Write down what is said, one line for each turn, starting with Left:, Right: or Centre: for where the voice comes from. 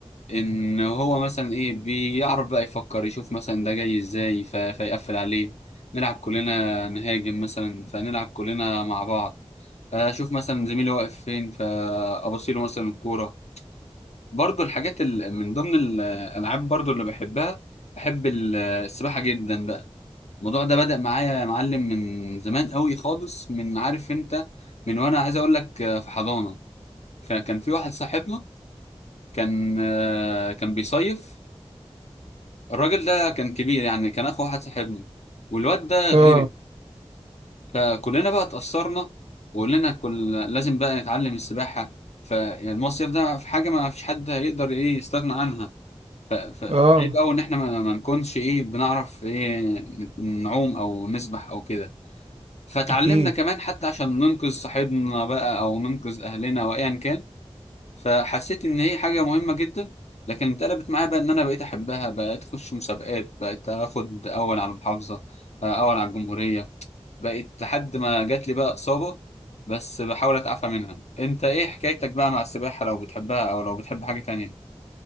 Left: ان هو مثلا ايه بيعرف بقى يفكر يشوف مثلا ده جاي ازاي ف... فيقفل عليه نلعب كلنا نهاجم مثلا فنلعب كلنا مع بعض اشوف مثلا زميلي واقف فين فابصيله مثلا الكوره برضو الحاجات ال... من ضمن الالعاب برضو اللي بحبها بحب ال- السباحه جدا بقى الموضوع ده بدأ معايا يا معلم من زمان قوي خالص من عارف انت من وانا عايز اقول لك آه، في حضانة فكان في واحد صاحبنا كان آه، كان بيصيف الراجل ده كان كبير يعني كان اخو واحد صاحبنا والواد ده
Right: اه
Left: غرق فكلنا بقى اتأثرنا وقلنا كل لازم بقى نتعلم السباحة فالمصيف ده في حاجة ما فيش حد هيقدر ايه يستغنى عنها ف- فعيب
Right: اه
Left: قوي ان احنا ما, ما نكونش ايه بنعرف ايه نعوم او نسبح او كده فتعلمنا
Right: أكيد
Left: كمان حتى عشان ننقذ صاحبنا بقى او ننقذ اهلنا وايا كان فحسيت ان هي حاجه مهمه جدا لكن اتقلبت معايا بقى ان انا بقيت احبها بقيت اخش مسابقات بقيت اخد اول على المحافظه اول على الجمهوريه بقيت لحد ما جات لي بقى اصابه بس بحاول اتعافى منها انت ايه حكايتك بقى مع السباحه لو بتحبها او لو بتحب حاجه تانية